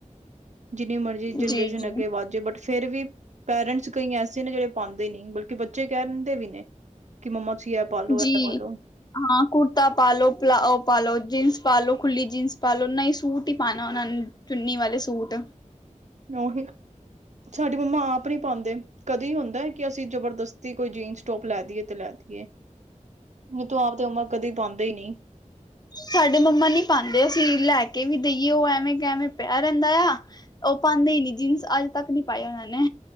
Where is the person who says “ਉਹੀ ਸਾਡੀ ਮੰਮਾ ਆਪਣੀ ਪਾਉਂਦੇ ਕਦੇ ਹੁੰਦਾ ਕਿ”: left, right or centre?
Right